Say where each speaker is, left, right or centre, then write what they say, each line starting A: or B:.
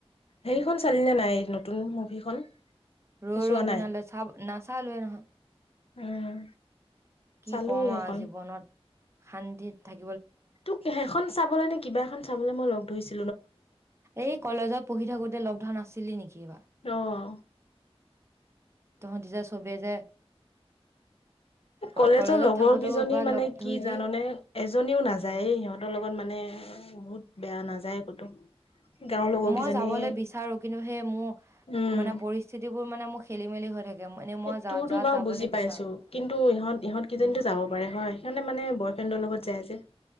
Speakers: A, on the left; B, on the right.
A: হেৰিখন চালিনে নাই নতুন মুভিখন।
B: ৰৌ
A: চোৱা
B: ৰৈ
A: নাই
B: বিনা লৈ চাব নাচা লোৱে নহয়।
A: উম।
B: কি
A: চালো
B: কম
A: সেইখন
B: আৰু জীৱনত শান্তিত থাকি।
A: তোক সেইখন চাবলৈ নে কিবা এখন চাবলৈ মই লগ ধৰিছো।
B: এই কলেজত পঢ়ি থাকোতে লগ ধান আছিলি নেকি এইবাৰ।
A: অহ।
B: তহঁতি যে চবেই যে। ক-
A: কলেজৰ
B: কলেজত
A: লগৰ
B: থাকোতেও
A: কেইজনী
B: এবাৰ
A: মানে
B: লগ ধৰিলি,
A: কি জানানে, এজনীও নাযায়
B: উম।
A: সিহঁতৰ লগত মানে। বহুত বেয়া নাযায় কতো। গাঁওৰ লগৰ
B: মই
A: কেইজনীয়ে
B: যাবলৈ বিচাৰো কিন্তু সেই মোৰ
A: উম
B: মানে পৰিস্থিতিবোৰ মানে মোৰ খেলি মেলি হৈ থাকে। মানে মই
A: এই
B: যা
A: তোৰতো
B: যাত
A: বা
B: যাবলৈ
A: বুজি
B: বিচাৰো।
A: পাইছো কিন্তু ইহত ইহঁত কেইজনীটো
B: উম,
A: যাব পাৰে হয় সিহঁতে মানে বয়ফ্ৰেণ্ড। লগত যায় যে,